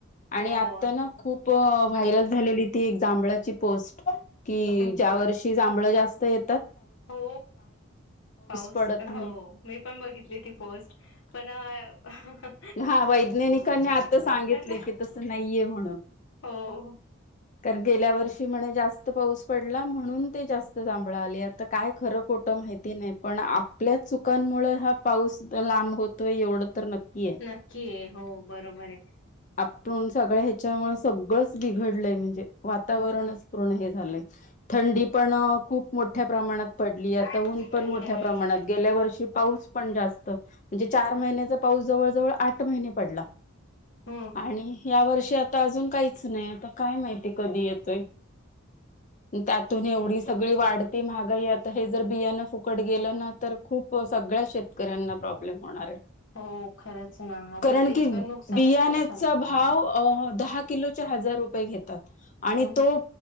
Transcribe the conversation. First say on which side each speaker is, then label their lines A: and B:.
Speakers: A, on the left; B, on the left.
A: आणि
B: हो
A: आता ना खूप व्हायरल झालेली ती एक जांभळाची पोस्ट कि
B: हम्म
A: ज्या वर्षी जांभळ जास ते.
B: हो पाऊस
A: पडत नाही
B: हो मी पण बघितली ती पोस्ट पण अहं हं.
A: हा वैज्ञानिकांनी आता सांगितले
B: काय
A: की तस नाहीये म्हणून,
B: हो
A: कारण गेल्या वर्षी म्हणे जास्त पाऊस पडला म्हणून ते जास्त जांभळ आली आता काय खरं खोट माहिती नाही पण आपल्याच चुकांमुळ हा पाऊस लांब होतो एवढं तर नक्की आहे
B: नक्की ये हो बरोबर आहे.
A: आपटू न सगळं ह्याच्यामुळे सगळंच बिघड म्हणजे वातावरणच पूर्ण हे झालयं थंडी पण खूप मोठ्या प्रमाणात पडलीय आता
B: हम्म
A: ऊन पण मोठ्या प्रमाणात गेल्या वर्षी पाऊस पण जास्त म्हणजे चार महिन्याचा पाऊस - जवळ जवळ आठ महिने पडला
B: हम्म
A: आणि ह्या वर्षी अजून काहीच नाही आता काय माहिती कधी येतोय. त्यातून एवढी सगळी वाढते महागाई आता हे जर बियाणं फुकट गेलं ना तर खूप सगळ्या शेत शेतकऱ्यांना प्रॉब्लेम होणार आहे.
B: हो खरंच ना आता
A: कारण
B: इतकं
A: की
B: नुकसानच
A: बियाण्याचा
B: नुकसान आहे.
A: भाव अ, दहा किलोचे हजार रुपय घेतात. आणि
B: हम्म
A: तो